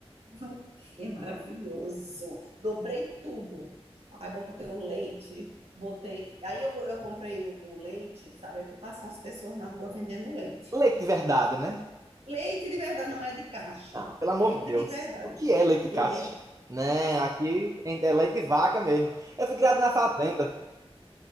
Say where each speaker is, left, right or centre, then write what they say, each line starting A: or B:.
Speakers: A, on the right (about 75°); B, on the right (about 30°).
A: Voltei, maravilhoso. Dobrei tudo. Aí botei o leite, botei. Aí eu, eu comprei o, o leite, sabe? Aqui passam as pessoas na rua vendendo leite.
B: Leite de verdade, né?
A: Leite de verdade não é de caixa.
B: Não, pelo amor
A: Leite
B: de Deus.
A: de verdade.
B: O que é leite de
A: Leite.
B: cacho? Né, aqui é leite de vaca mesmo. Eu fui criado na fazenda.